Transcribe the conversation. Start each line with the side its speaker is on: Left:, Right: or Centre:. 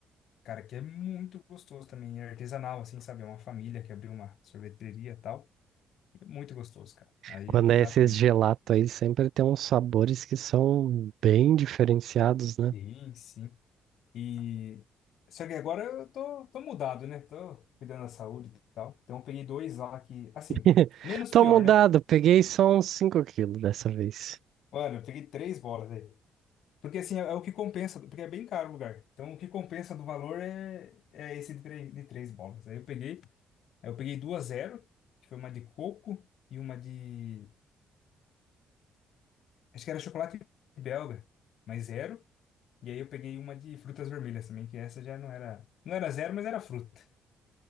Left: Cara, que é muito gostoso também. É artesanal, assim, sabe? É uma família que abriu uma sorveteria e tal. E é muito gostoso, cara. Aí
Right: Quando
Left: eu fui
Right: é
Left: lá
Right: esses
Left: também.
Right: gelato aí, sempre tem uns sabores que são bem diferenciados, né?
Left: Sim, sim. E... Só que agora eu tô, tô mudado, né? Tô cuidando da saúde e tal. Então eu peguei dois lá que, assim...
Right: <laughs>
Left: Menos
Right: Tô
Left: pior,
Right: mudado,
Left: né?
Right: peguei só uns 5 quilos dessa vez.
Left: Mano, eu peguei três bolas aí. Porque assim, é, é o que compensa, porque é bem caro o lugar. Então o que compensa do valor é, é esse de três, de três bolas. Aí eu peguei, aí eu peguei duas zero, que foi uma de coco e uma de. Acho que era chocolate belga, mas zero. E aí eu peguei uma de frutas vermelhas também, que essa já não era. Não era zero, mas era fruta.